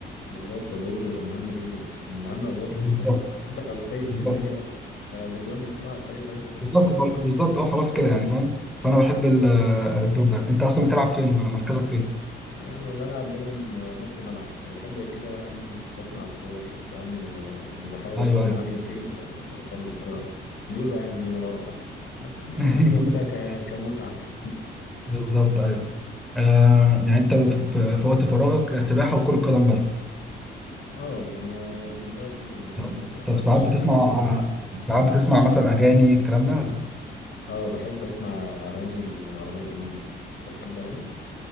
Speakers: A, on the left; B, in the centre.
A: بالظبط ده دوره بيبقى مهم جدا اساسا من اهم الادوار في
B: بالظبط
A: الفريق اصل انت لو سايب
B: بالظبط
A: الدنيا ورا فالاجوان خلاص الفريق هيخسر
B: بالظبط
A: يعني
B: خل- بالظبط اه خلاص كده يعني فاهم فانا بحب ال- آه، الدور ده انت اصلا بتلعب فين ولا مركزك فين
A: انا لما بلعب دايما نص ملعب يعني بحب كده اعمل بصنع الكور بعمل يعني بحاول
B: ايوه
A: اشوف المهاجم
B: ايوه
A: فين بوص- بوصل له الكرة بيقولوا يعني اللي انا بعرف ألعب. بس يعني
B: <laughs>
A: انا باخدها ك... كمتعة يعني <laughs>
B: بالظبط ايوه آه يعني انت في, في في وقت فراغك سباحه وكره قدم بس
A: اه يعني دلوقتي يعني
B: طب
A: ما ما
B: طب ساعات
A: فيش
B: بتسمع
A: حاجات تانية كتير
B: ساعات بتسمع مثلا اغاني الكلام ده ولا
A: اه بحب اسمع اغاني العربية القديمة انت بتحب الاغاني؟